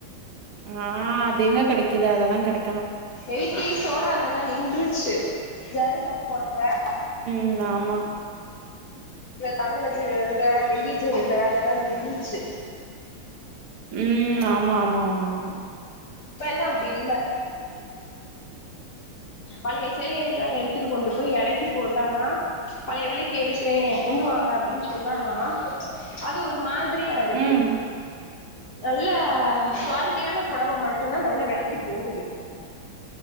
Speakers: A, on the right (about 85°); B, on the left (about 50°).
A: ஆஹ் அதங்க கெடைக்குது அதெல்லா கெடை
B: எயிட்டிஸோட அதெல்லா நின்றுச்சு ஜாருவ <unintelligible>
A: ம் ஆமா
B: தங்கஜரிக வெள்ளி ஜரிக அதெல்லாம் இருந்துச்சு
A: ம் ஆமா ஆமா ஆமா ஆமா
B: இப்ப எல்லா அப்பிடி இல்ல பழைய சேலைய எல்லாம் எடுத்துட்டு கொண்டு போய் எடைக்கு போட்டானா பழைய விலைக்கு எடுக்கிறேன் கொண்டு வாங்க அப்பிடின்னு சொன்னானா அது ஒரு மாதிரியா இருக்கு
A: ம்
B: நல்ல குவாலிட்டியான பொடவை மட்டும்தான் நல்ல வெலைக்கு போகுது